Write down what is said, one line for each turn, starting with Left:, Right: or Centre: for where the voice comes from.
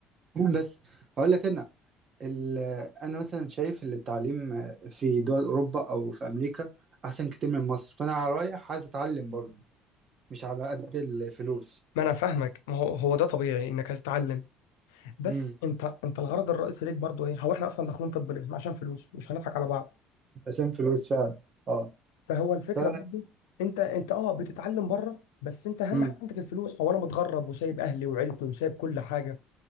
Right: بس أقول لك أنا ال- انا مثلا شايف ان التعليم في دول اوروبا او في امريكا احسن كتير من مصر فانا رايح عايز اتعلم برضه مش على قد الفلوس
Left: ما انا فاهمك ما هو هو ده طبيعي انك هتتعلم بس
Right: امم
Left: انت انت الغرض الرئيسي ليك برضو ايه هو احنا اصلا داخلين طب ليه؟ عشان فلوس مش هنضحك على بعض
Right: عشان فلوس فعلا اه
Left: فهو الفكره
Right: ف
Left: برضو انت انت اه بتتعلم بره بس انت اهم
Right: امم
Left: حاجه عندك الفلوس هو انا متغرب وسايب اهلي وعيلتي وسايب كل حاجه